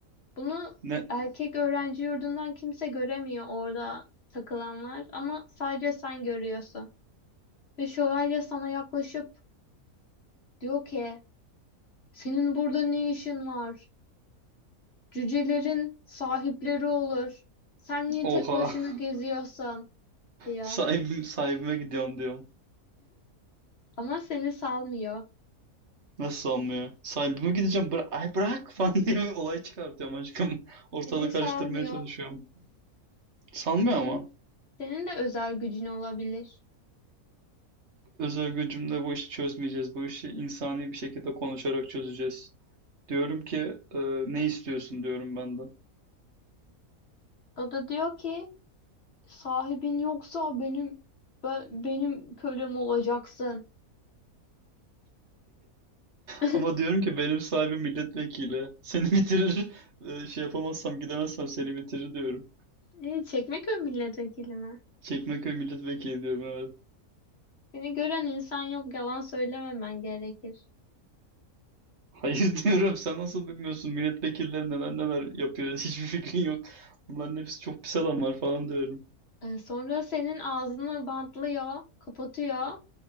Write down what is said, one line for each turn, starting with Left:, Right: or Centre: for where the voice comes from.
Left: bunu
Right: Ne?
Left: erkek öğrenci yurdundan kimse göremiyor orada takılanlar ama sadece sen görüyorsun. Ve şövalye sana yaklaşıp diyor ki, senin burada ne işin var? Cücelerin sahipleri olur. Sen niye
Right: Oha.
Left: tek başına
Right: <laughs>
Left: geziyorsun? diyor.
Right: Sahibim, sahibime gidiyorum diyorum.
Left: Ama seni salmıyor.
Right: Nasıl sanmıyor? Sahibime gideceğim. Bıra Ay bırak falan <laughs> diye bir olay çıkartıyorum aşkım. <laughs> Ortalığı
Left: Seni salmıyor.
Right: karıştırmaya çalışıyorum. Sanmıyor
Left: Senin,
Right: ama.
Left: senin de özel gücün olabilir.
Right: Özel gücümle bu işi çözmeyeceğiz. Bu işi insani bir şekilde konuşarak çözeceğiz. Diyorum ki e, ne istiyorsun diyorum ben de.
Left: O da diyor ki sahibin yoksa benim ben, benim kölem olacaksın. <laughs>
Right: Ama diyorum ki benim sahibim milletvekili. Seni <laughs> bitirir. Ee, Şey yapamazsam gidemezsem seni bitirir diyorum.
Left: E, Çekmeköy milletvekili mi?
Right: Çekmeköy milletvekili diyorum evet.
Left: Seni gören insan yok yalan söylememen gerekir.
Right: Hayır <laughs> diyorum sen nasıl bilmiyorsun milletvekilleri neler neler yapıyor <laughs> hiçbir fikrin yok. Bunların hepsi çok pis adamlar falan diyorum.
Left: E, sonra senin ağzını bantlıyor, kapatıyor.